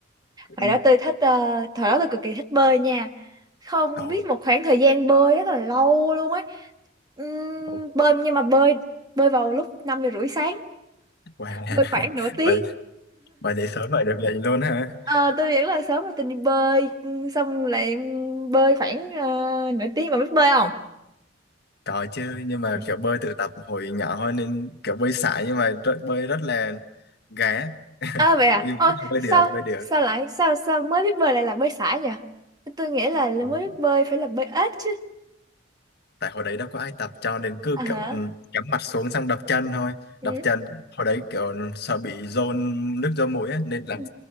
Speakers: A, on the left (about 60°); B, on the right (about 20°).
A: cũng
B: Hồi đó tôi thích ờ, thời đó tôi cực kỳ thích bơi nha. Không
A: ờ, ồ
B: biết một khoảng thời gian bơi rất là lâu luôn ấy. Ừm,
A: oh,
B: bơi nhưng mà bơi bơi vào lúc 5 giờ rưỡi sáng,
A: wow. <laughs>
B: bơi khoảng nửa tiếng.
A: vậy vậy để sớm vậy được lệnh luôn ha
B: Ờ, tôi nghĩ là sớm rồi tôi đi bơi ừm, xong lại bơi khoảng ờ, nửa tiếng mà biết bơi không?
A: có chứ nhưng mà
B: Ừ.
A: kiểu bơi tự tập hồi nhỏ thôi nên kiểu bơi sải nhưng mà rất, bơi rất là gà <laughs>
B: À vậy à?
A: nhưng
B: Ôi,
A: mà bơi
B: sao
A: được bơi được
B: sao lại sao sao mới biết bơi lại là bơi sải nhỉ? Tôi nghĩ là, là
A: Đúng.
B: mới biết bơi phải là bơi ếch chứ.
A: tại hồi đấy đâu có ai tập cho nên cứ
B: À hả?
A: kiểu ừ, cắm mặt xuống xong đập chân thôi
B: Ừ.
A: đập chân hồi đấy kiểu ừ, sợ bị dồn nước do mũi á, nên là
B: Ừ.